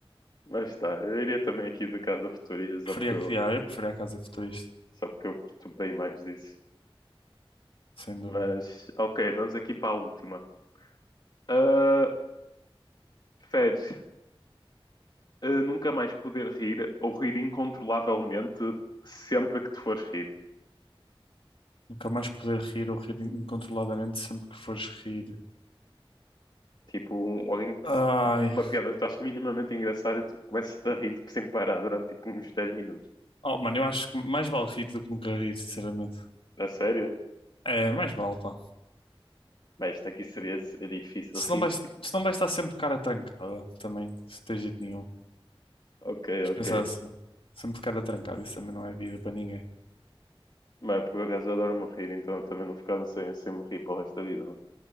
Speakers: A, on the left; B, on the left.
A: Mas tá, eu iria também aqui de Casa Futurista, só
B: Preferia
A: porque eu,
B: criar, eu preferia a casa futurista,
A: só porque eu curto bem mais disso.
B: sem dúvida.
A: Mas, ok, vamos aqui para a última. Ah, Feres, ah, nunca mais poder rir ou rir incontrolavelmente sempre que te fores rir.
B: Nunca mais poder rir ou rir incontroladamente sempre que fores rir.
A: Tipo, um- alguém te
B: Ai.
A: diz uma piada que tu achas minimamente engraçada e tu começas a rir tipo, sem parar durante tipo, uns 10 minutos.
B: Oh, mano, eu acho que mais vale rir do que nunca rir, sinceramente.
A: A sério?
B: É, mais vale, pá.
A: Bem, isto aqui seria, seria difícil
B: Se
A: rir,
B: não vais,
A: tipo,
B: se não vais estar sempre de cara trancada, também, se tens jeito nenhum.
A: ok,
B: Mas
A: ok.
B: pensar assim, sempre de cara trancada, isso também não é vida para ninguém.
A: Mas por acaso eu adoro-me rir, então eu também não ficava sem, sem me rir para o resto da vida, mano.